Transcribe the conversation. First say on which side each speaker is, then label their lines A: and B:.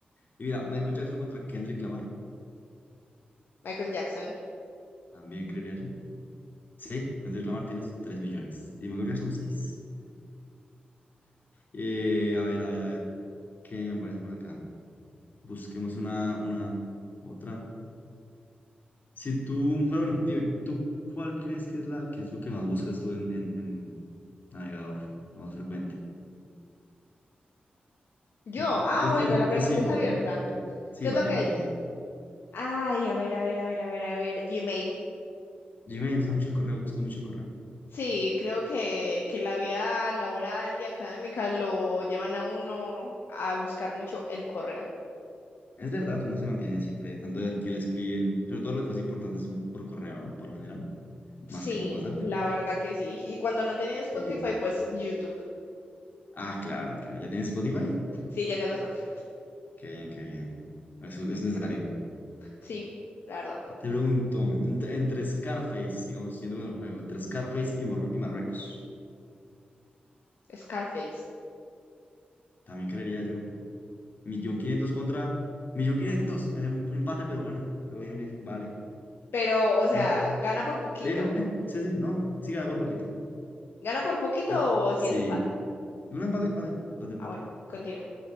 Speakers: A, on the left; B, on the left.
A: Y mira, Michael Jackson contra Kendrick Lamar.
B: Michael Jackson.
A: También creería yo. Sí, Kendrick Lamar tienes 3 millones. Y Michael Jackson 6. Eh, a ver, a ver, a ver. ¿Qué me parece por acá? Busquemos una, una, otra. Si tú, pero bueno, dime, ¿tú cuál crees que es la, que es lo que más buscas tú en, en, en navegador? Lo más frecuente.
B: Yo.
A: ¿Tú
B: Ah,
A: ¿Crees
B: bueno,
A: que, bus-
B: la pregunta
A: que sí,
B: es
A: tú,
B: abierta.
A: tú, tú, tú? Sí,
B: ¿Qué
A: para
B: es lo
A: ti,
B: que...
A: para ti.
B: Ay, a ver, a ver, a ver, a ver, a ver. Gmail.
A: Gmail usa mucho el correo, busca mucho el correo.
B: Sí, creo que, que la vida laboral y académica lo llevan a uno a buscar mucho el correo.
A: Es verdad, uno se mantiene siempre tanto de ver que le escriben, sobre todo las cosas importantes son por correo, ¿no? Por lo general, más
B: Sí,
A: que por WhatsApp.
B: la verdad que sí. Y cuando no tenía Spotify,
A: Sí.
B: pues YouTube.
A: Ah, claro, claro. ¿Ya tienes Spotify?
B: Sí, ya tengo Spotify.
A: Qué bien, qué bien. Es, es necesario.
B: Sí, la verdad.
A: Te pregunto, entre, entre Scarface, digamos, siendo con el juego, entre Scarface y, Mor- y Marruecos,
B: Scarface.
A: también creería yo. Millón quinientos contra millón quinientos. Es un empate, pero gana. Pero bien, bien, vale.
B: Pero, o sea,
A: Mira,
B: gana por poquito.
A: bien, bien, bien. Sí, sí, no, no. Siga por poquito.
B: ¿Gana por poquito
A: Eh,
B: o si
A: sí.
B: es empate?
A: Un empate, empate, empate, empate.
B: Ah, bueno, continúo.